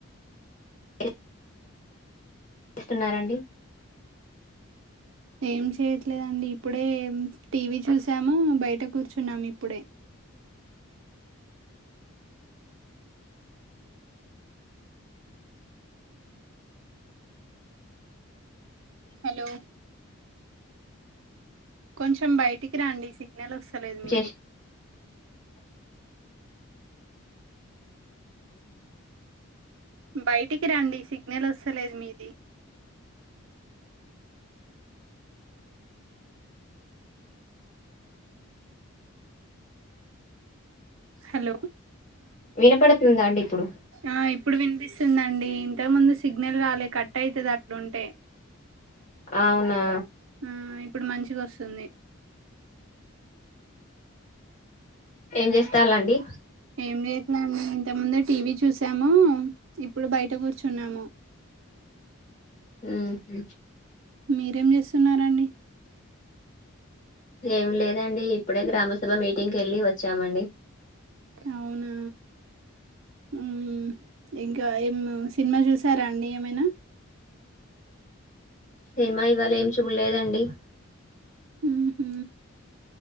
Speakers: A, on the left (about 35°); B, on the right (about 65°).
A: ఏం చేస్తున్నారండి
B: ఏం చేయట్లేదండి ఇప్పుడే టీవీ చూసాము బయట కూర్చున్నాము ఇప్పుడే హలో కొంచెం చెం బయటికి రండి సిగ్నల్ వస్తలేదు మీది
A: చేసాండి
B: బయటికి రండి సిగ్నల్ వస్తలేదు మీది హలో
A: వినపడుతుందా అండి ఇప్పుడు
B: ఆ ఇప్పుడు వినిపిస్తుందండి ఇంతకు ముందు సిగ్నల్ రాలే కట్ అయితది అట్లుంటే
A: అవునా
B: ఆ ఇప్పుడు మంచిగ వస్తుంది
A: ఏం చేస్తాలండి
B: ఏం చేయట్లండి ఇంత ముందే టీవీ చూసాము ఇప్పుడు బయట కూర్చున్నాము
A: ఉ హు
B: మీరేం చేస్తున్నారండి
A: ఏమి లేదండి ఇప్పుడే గ్రామ సభ మీటింగ్ కి వెళ్ళి వ వచ్చామండి
B: అవునా ఉ ఇంకా ఏం సినిమా చూశారా అండి ఏమైనా
A: సినిమా ఇవాళ ఏమి చూలేదండి
B: ఉ హు